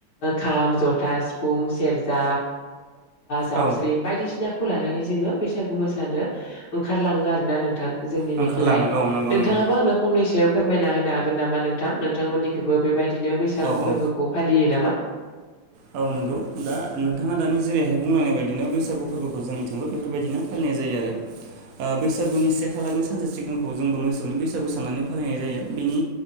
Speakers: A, on the left; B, on the right.
A: खाम जथा सिफुं सेरजा जाबस्रिं
B: औ
A: बायदिसिनाखौ लानानै जोङो बैसागु मोसानो ओंखारलाङो आरोना नोंथां जोंनि
B: ओंखारलाङो
A: बेखिहाय
B: औ नंगौ
A: नोंथाङाबो
B: नंगौ
A: आंनो फंनैसो फोरमायना होनो हागोन नामा नोंथां नोंथांमोननिखौबो बेबायदिनो बैसागु
B: औ
A: फोरबोखौ
B: औ
A: फालियो नामा
B: औ नंगौ दा नोंथाङा दानि जेरैहाय बुंलायनाय बायदिनो बैसागु फोरबोखौ जोंनिथिंबो बेफोरबायदिनो फालियो। नाय जायो आरो ओ बैसागुनि से खालारनि सानसे सिगांखौ जोंबो मोसौनि बैसागु साननानै फालिनाय जायो बेनि